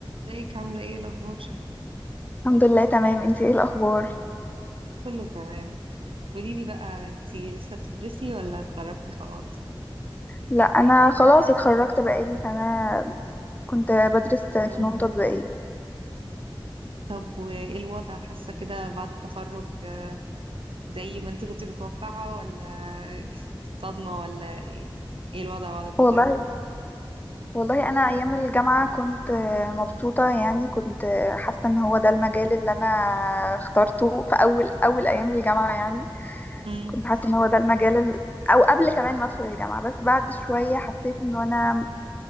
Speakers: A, on the right; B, on the left.
A: ازيك عاملة ايه الأخبار؟
B: الحمد لله تمام انتي ايه الاخبار
A: كله تمام قوليلي بقى انتي لسه بتدرسي ولا اتخرجتي خلاص؟
B: لا انا خلاص اتخرجت بقالي سنه كنت بدرس
A: مم.
B: فنون تطبيقيه
A: طب وايه الوضع حاسة كده بعد التخرج آه، زي ما انتي كنتي متوقعة ولا صدمة ولا ايه ايه الوضع بعد التخرج؟
B: والله والله انا ايام الجامعه كنت مبسوطه يعني كنت حاسه ان هو ده المجال اللي انا اخترته في اول اول ايام الجامعه يعني
A: مم.
B: كنت حاسه ان هو ده المجال ال... او قبل كمان ما ادخل الجامعه بس بعد شويه حسيت ان انا